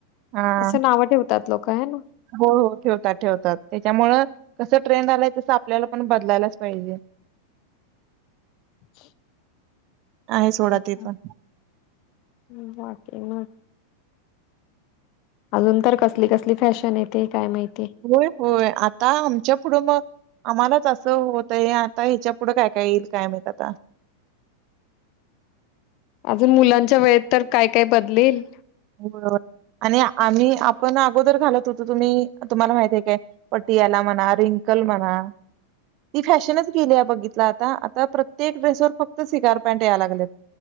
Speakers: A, on the right; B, on the left.
A: हा
B: असं नाव ठेवतात लोक ह ना
A: हो हो ठेवतात ठेवतात त्याच्यामुळ कसं ट्रेंड आलाय तसं आपल्याला पण बदलायलाच पाहिजे
B: <unintelligible>
A: आहे सोडा
B: अ्छ
A: ते पण
B: हम् बाकी ना अजून तर कसली कसली फॅशन येते काय माहिती
A: होय होय आता आमच्या पुढं मग आम्हालाच असं होतय आता ह्याच्या पुढं काय काय येईल कायमत आता
B: अजून मुलांच्या वेळेत तर काय काय बदलेल
A: बरोबर आणि आम्ही आपण अगोदर घालत होतो तुम्ही तुम्हाला माहित आहेय काय पटियाला म्हणा रिंकल म्हणा ती फॅशनच गेली आहे बघितला आता आता प्रत्येक ड्रेसवर फक्त सिगार पॅन्ट यायला लागलेत